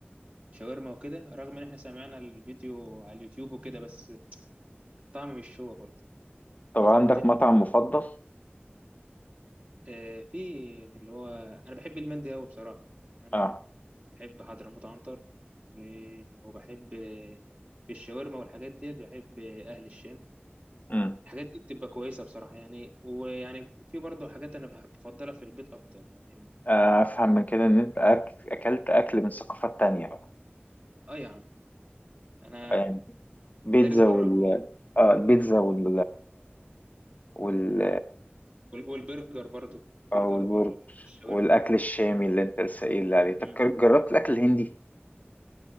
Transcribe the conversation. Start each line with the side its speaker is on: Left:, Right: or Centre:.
Right: شاورما وكده رغم ان احنا سمعنا الفيديو على اليوتيوب وكده بس الطعم مش هو برضه ما
Left: طب عندك
Right: ظبطتش
Left: مطعم مفضل؟
Right: آه، في اللي هو انا بحب المندي قوي بصراحه يعني عندك
Left: اه
Right: بحب حضرموت عنتر و- وبحب آه، في الشاورما والحاجات ديت بحب آه، اهل الشام
Left: مم.
Right: الحاجات دي بتبقى كويسه بصراحه يعني ويعني في برضه حاجات انا بحب بفضلها في البيت اكتر يعني
Left: آه، أفهم من كده إن أنت أك... أكلت أكل من ثقافات تانية بقى
Right: اه يا عم انا
Left: يعني بيتزا
Right: دارس بره
Left: وال
Right: وجوه
Left: اه البيتزا وال وال
Right: وال- والبرجر برضو
Left: آه،
Right: برجر
Left: والبرجر
Right: والشاورما
Left: والأكل الشامي اللي أنت لسه قايل لي عليه طب
Right: مم.
Left: جربت الأكل الهندي